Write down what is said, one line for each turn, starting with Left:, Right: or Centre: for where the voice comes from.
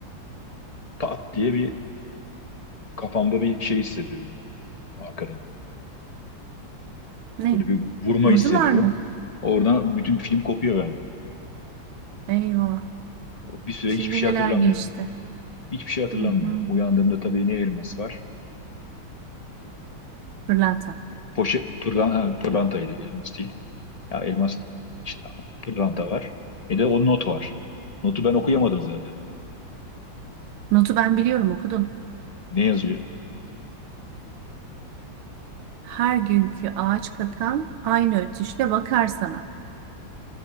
Left: Pat diye bir kafamda bir şey hissediyorum arkadan.
Right: Ne?
Left: Böyle bir vurma
Right: Vurdular
Left: hissediyorum.
Right: mı?
Left: Oradan bütün film kopuyor bende.
Right: Eyvah.
Left: O Bir süre
Right: Şimdi
Left: hiçbir şey
Right: neler
Left: hatırlamıyorum.
Right: geçti?
Left: Hiçbir şey hatırlamıyorum.
Right: Hı hı.
Left: Uyandığımda tabii ne elmas var?
Right: Pırlanta.
Left: Poşe, pırlan, ha, pırlantaydı elmas değil. Ya elmas değil. işte pırlanta var. E de o not var. Notu ben okuyamadım zaten.
Right: Notu ben biliyorum okudum.
Left: Ne yazıyor?
Right: Her günkü ağaç kakan aynı ötüşle bakar sana.